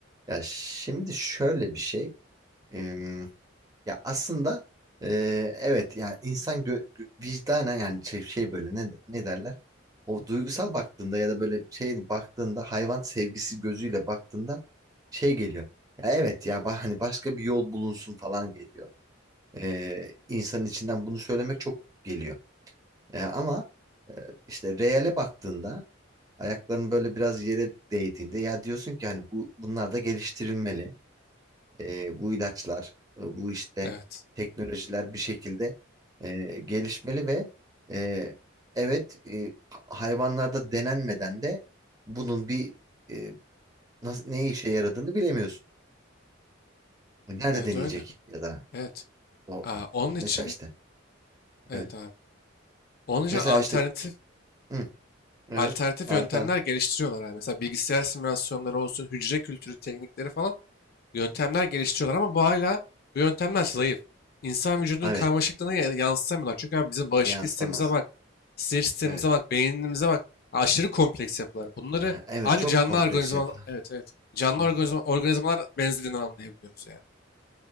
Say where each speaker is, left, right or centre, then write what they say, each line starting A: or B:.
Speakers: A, on the right; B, on the left.
A: ya şimdi şöyle bir şey. Em, ya aslında e, evet yani insan gö gö- vicdana yani şey, şey böyle ne, ne derler? O duygusal baktığında ya da böyle şey baktığında hayvan sevgisi gözüyle baktığında şey geliyor. Ya evet ya ba- hani başka bir yol bulunsun falan geliyor. E, insanın içinden bunu söylemek çok geliyor. E, ama e, işte reale baktığında ayakların böyle biraz yere değdiğinde ya diyorsun ki hani bu bunlar da geliştirilmeli e, bu ilaçlar, e, bu işte
B: Evet.
A: teknolojiler bir şekilde e, gelişmeli ve e, evet e, ha- hayvanlarda denenmeden de bunun bir e, nasıl, ne işe yaradığını bilemiyorsun. Nerede
B: Evet
A: deneyecek
B: öyle.
A: ya da
B: Evet.
A: o
B: Aa, onun
A: mesela
B: için
A: işte
B: evet
A: evet.
B: abi. Onun için
A: Mesela
B: alternatif
A: işte hı, evet
B: alternatif
A: alternatif
B: yöntemler geliştiriyorlar abi. Mesela bilgisayar simülasyonları olsun, hücre kültürü teknikleri falan yöntemler geliştiriyorlar ama bu hala bu yöntemler zayıf. İnsan vücudunun
A: evet
B: karmaşıklığını ya- yansıtamıyorlar. Çünkü abi bizim bağışıklık
A: yansıtamaz.
B: sistemimize bak, sinir sistemimize
A: Evet.
B: bak, beynimize bak. Aşırı kompleks yapılar. Bunları
A: Ha, Evet
B: ancak
A: çok
B: canlı
A: kompleks
B: organizma,
A: yapılar.
B: evet evet. Canlı
A: Hı
B: organizma,
A: hı.
B: organizmalar benzediğini anlayabiliyoruz yani.